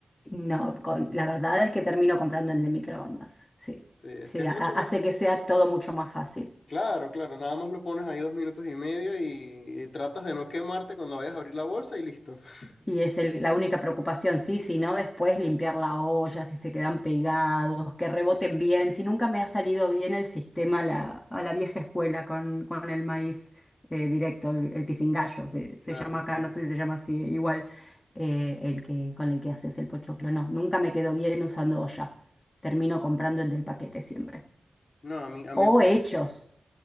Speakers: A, on the left (about 25°); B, on the left (about 70°).
A: no, con- la verdad es que termino comprando en el de microondas. Sí,
B: Sí, es
A: sí,
B: que es
A: ha-
B: mucho
A: hace
B: más.
A: que sea todo mucho más fácil.
B: Claro, claro, nada más lo pones ahí dos minutos y medio y, y tratas de no quemarte cuando vayas a abrir la bolsa y listo. <laughs>
A: Y es el- la única preocupación, sí, si no, después limpiar la olla, si se quedan pegados, que reboten bien. Si nunca me ha salido bien el sistema a la, a la vieja escuela con, con el maíz eh, directo, el, el pisingallo, se, se
B: Claro,
A: llama acá,
B: claro.
A: no sé si se llama así, igual eh, el que, con el que haces el pochoclo. No, nunca me quedó bien usando olla. Termino comprando el del paquete siempre.
B: No, a mí, a
A: O
B: mí es
A: hechos.